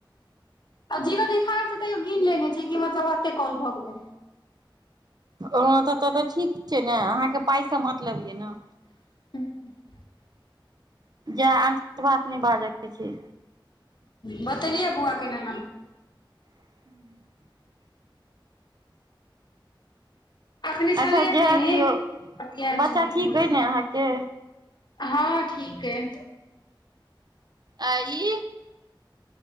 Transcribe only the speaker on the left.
आ जीवन दिखाय से तैयो हीन लेने छै कि मतलब एते कॉल भऽ गेलै
<inaudible>
ह बतेलियै बौआ केना
अखने छलैया
केने
बतियायल
छलै
बोस
सब
हँ ठीक ये